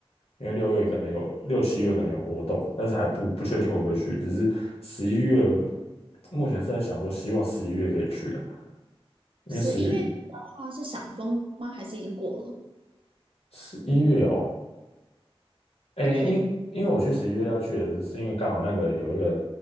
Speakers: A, on the left; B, on the right.
A: 因为六月可能有六七月可能有活动，但是还不不确定会不会去，只是十一月目前是在想说，希望十一月可以去啊，因为十一
B: 十一月底的话是赏枫吗？还是已经过了？
A: 十一月哦，诶，
B: 应该已经，
A: 因因为我去十一月要去的是，是因为刚好那个有一个